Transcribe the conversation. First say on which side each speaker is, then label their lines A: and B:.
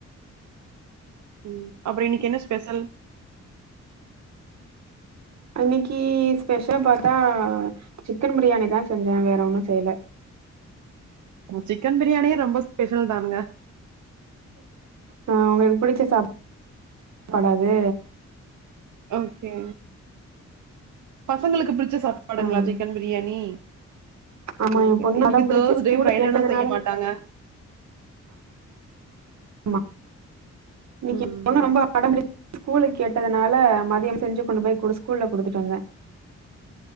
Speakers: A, on the right; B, on the right.
A: ம் அப்பற இன்னைக்கு என்ன ஸ்பெஷல்
B: அன்னைக்கு ஸ்பெஷல் பாத்தா சிக்கன் பிரியாணி தா செஞ்ச வேற ஒன்னு செய்யல
A: சிக்கன் பிரியாணியே ரொம்ப ஸ்பெஷல் தானுங்க
B: அ உங்களுக்கு பிடிச்ச சாப்பாடா அது
A: ஓகே பசங்களுக்கு பிடிச்ச சாப்பாடுங்களா
B: ம்
A: சிக்கன் பிரியாணி
B: ஆமா
A: ஓகே
B: எ பொண்ணு
A: இன்னைக்கு
B: அடம் பிடிச்சு
A: தேர்ஸ்டே
B: ஸ்கூல
A: ஃப்ரைடேனா
B: கேட்டதுனால
A: செய்ய மாட்டாங்க
B: ஆமா இன்னைக்கு
A: ம்
B: எ பொண்ணு
A: ம்
B: ரொம்ப அடம்புடிச் ஸ்கூலுக்கு கேட்டதுனால மதியம் செஞ்சு கொண்டு போய் குடு ஸ்கூல்ல குடுத்துட்டு வந்தே